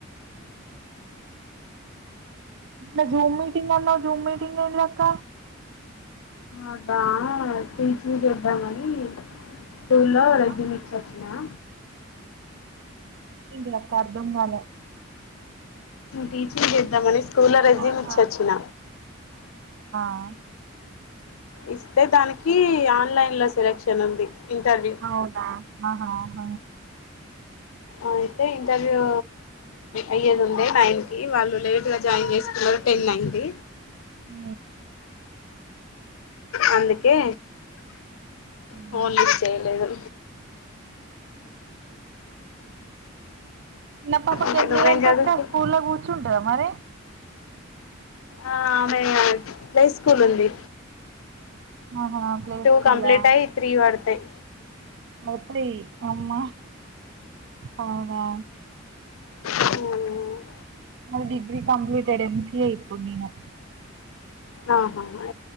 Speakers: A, on the right; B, on the left.
A: ఇందాక జూమ్ మీటింగ్ అన్నావ్ జూమ్ మీటింగ్ ఎలక్క
B: అదా టీచింగ్ చేద్దామని స్కూల్లో రెజన్
A: ఆ
B: ఇచ్చచ్చ ఎలా
A: ఇంటిది అక్క అర్ధం కాల
B: టీచింగ్ చేద్దామని స్కూల్లో రెజీమ్
A: ఆహా
B: ఇచ్చొచ్చిన
A: ఆ
B: ఇస్తే దానికి ఆన్లైన్లో సెలక్షన్ ఉంది ఇంటర్వ్యూ
A: అవునా ఆహా హ
B: అయితే ఇంటర్వ్యూ అయ్యేదు ఉంది నైన్ కి వాళ్ళు లేట్ గా జాయిన్ చేసుకున్నారు టెన్ అయింది
A: ఉ
B: అందుకే
A: మ్మ్
B: ఫోన్ లిఫ్ చేయలేదు
A: చిన్న పాపకి
B: ఇంకా
A: ఎన్ని
B: నువ్వేం
A: ఇయర్స్
B: చదువుతు
A: అక్క స్కూల్లో కూర్చు ట మరి
B: ఆ ఆమె ప్లే స్కూల్ ఉంది
A: ఆహా ప్లే
B: టూ
A: స్కూలా
B: కంప్లీట్ అయి త్రీ వడతయ్
A: పత్ర అమ్మ అవునా
B: ఉహు
A: నాది డిగ్రీ కంప్లీట్డ్ ఎంసిఏ ఇప్పుడు నేను
B: ఆహా మ